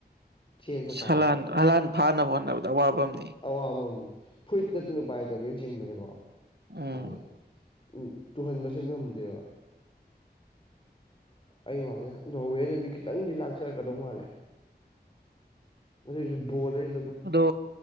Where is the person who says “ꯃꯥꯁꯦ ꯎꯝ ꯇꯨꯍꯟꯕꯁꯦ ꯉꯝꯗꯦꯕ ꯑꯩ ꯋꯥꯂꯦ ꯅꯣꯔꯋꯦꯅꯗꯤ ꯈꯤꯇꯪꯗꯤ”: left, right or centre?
Left